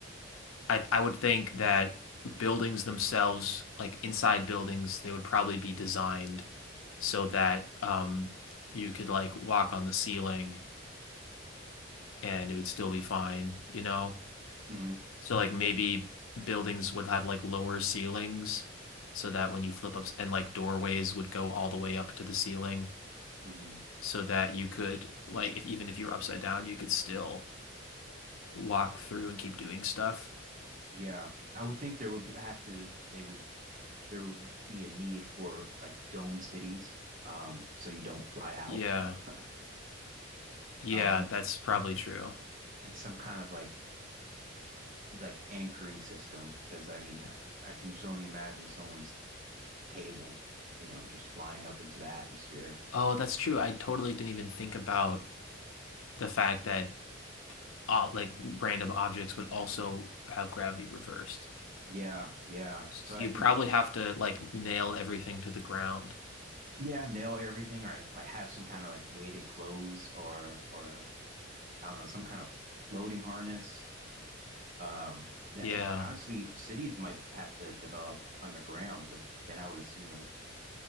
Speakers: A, on the left (about 80°); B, on the right (about 40°).
A: I I would think that buildings themselves, like inside buildings, they would probably be designed so that um you could like walk on the ceiling and it would still be fine, you know?
B: hmm
A: So like maybe
B: Yeah.
A: buildings would have like lower ceilings so that when you flip up and like doorways would go all the way up to the ceiling
B: hmm
A: so that you could like if even if you were upside down you could still walk through and keep doing stuff.
B: Yeah. I would think there would be, I have to they would there would be a need for like dome cities, um, so you don't fly out.
A: Yeah.
B: <laughs>
A: Yeah,
B: Um,
A: that's probably
B: a-
A: true.
B: and some kind of like like anchoring system because I mean I, I can just only imagine someone's table, you know, just flying up into the atmosphere.
A: Oh, that's true. I totally didn't even think about the fact that uh, like random objects would also have gravity reversed.
B: Yeah, yeah.
A: S-
B: So
A: You'd
B: I
A: probably have to like nail everything to the ground.
B: Yeah, nail everything or like have some kind of like weighted clothes or or I don't know, some kind of floating harness. Um yeah,
A: Yeah.
B: I- honestly, cities might have to develop underground, but then I would assume like